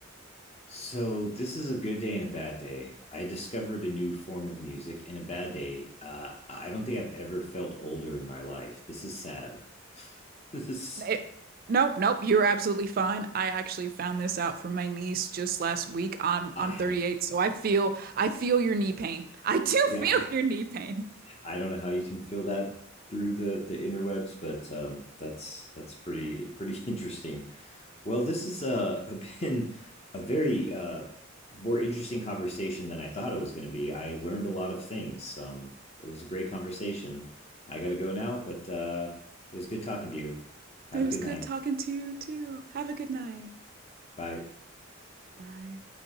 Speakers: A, on the left; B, on the right.
A: So this is a good day and a bad day. I discovered a new form of music. In a bad day, uh, I don't think I've ever felt older in my life. This is sad. <laughs> This is
B: It, nope, nope, you're absolutely fine. I actually found this out from my niece just last week. I'm
A: I
B: I'm
A: have
B: 38, so I feel I feel your knee pain. I do <laughs>
A: yeah
B: feel
A: I
B: your knee pain.
A: I don't know how you can feel that through the the interwebs, but um, that's that's pretty pretty <laughs> interesting. Well, this has uh, <laughs> been a very uh, more interesting conversation than I thought it was going to be. I learned a lot of things. Um, it was a great conversation. I got to go now, but uh, it was good talking to you. Have
B: It
A: a
B: was
A: good
B: good
A: night.
B: talking to you too. Have a good night.
A: Bye.
B: Bye.